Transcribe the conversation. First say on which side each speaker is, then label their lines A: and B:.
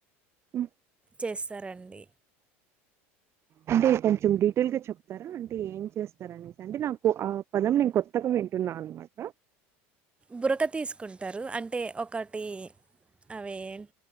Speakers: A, on the right; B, on the right.
A: మ్
B: చేస్తారండి.
A: అంటే కొంచం డీటెయిల్గా చెప్తారా అంటే ఏం చేస్తారనేసి అంటే నాకు ఆ పదం నేను కొత్తగ విం టున్నా అన్మాట.
B: బురక తీస్కుంటారు అంటే ఒకటీ అవి ఏన్